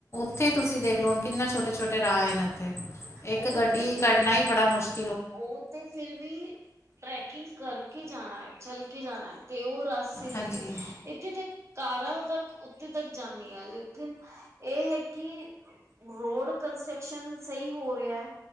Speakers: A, on the left; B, on the right.
A: ਉੱਥੇ ਤੁਸੀਂ ਦੇਖ ਲੋ ਹੁਨ ਕਿੰਨਾ ਛੋਟੇ-ਛੋਟੇ ਰਾਹਏ ਨੇ ਉੱਥੇ, ਇੱਕ
B: ਉਹ
A: ਗੱਡੀ
B: ਤੇ
A: ਕਰੱਨਾ ਈ ਬੜਾ ਮੁਸ਼
B: ਉਹ ਤੇ ਫਿਰ ਵੀ ਟ੍ਰੈਕਿੰਗ ਕਰਕੇ ਜਾਨਾਏ, ਚਲ ਕੇ ਜਾਨਾਏ, ਤੇ ਉਹ ਰਾ ਸੇ ਹੈਗੇ,
A: ਹਾਂਜੀ
B: ਇੱਥੇ ਤੇ ਕਾਰਾਂ ਤੱਕ ਉੱਤੇੇ ਤੱਕ ਜਾਂਨੀਆਂ ਲੇਕਿਨ ਏ ਹੈ ਕਿ ਰੋਡ ਕ ਸੈਕਸ਼ਨ ਸਈ ਹੋ ਰਿਹਾ।